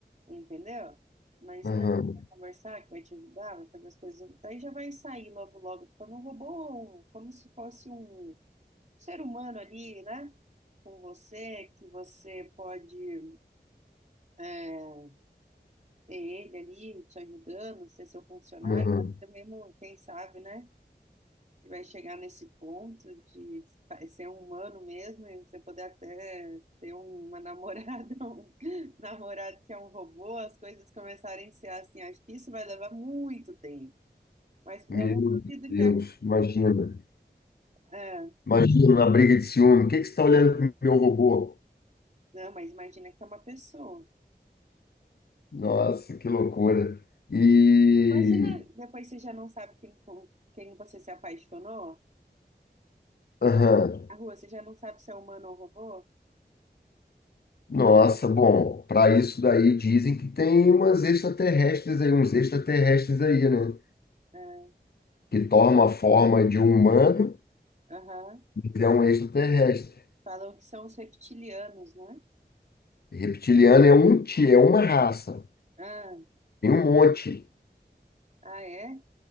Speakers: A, on the right; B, on the left.
A: entendeu? Mas
B: aham,
A: não, vai conversar, que vai te ajudar, vai fazer as coisas, daí já vai sair logo, logo, tu falando um robô, como se fosse um ser humano ali, né? Com você, que você pode é, ter ele ali te ajudando, ser seu funcionário,
B: aham.
A: até mesmo, quem sabe, né? e vai chegar nesse ponto de ser um humano mesmo e você poder até ter uma namorada, <laughs> um namorado que é um robô, as coisas começarem a ser assim. Acho que isso vai levar muito tempo. Mas
B: Meu
A: eu não duvido
B: Deus,
A: que a...
B: imagina.
A: é,
B: Imagina uma briga de ciúme. O que que você está olhando pro meu robô?
A: não, mas imagina que é uma pessoa.
B: Nossa, que loucura. E.
A: Imagina depois você já não sabe quem, com quem você se apaixonou.
B: Aham.
A: A rua, você já não sabe se é humano ou robô?
B: Nossa, bom, para isso daí dizem que tem umas extraterrestres aí, uns extraterrestres aí, né?
A: É,
B: Que toma a forma de um humano,
A: Aham.
B: mas é um extraterrestre.
A: Falam que são os reptilianos, não é?
B: Reptiliano é um ti, é uma raça,
A: Ah,
B: tem um monte.
A: ah, é?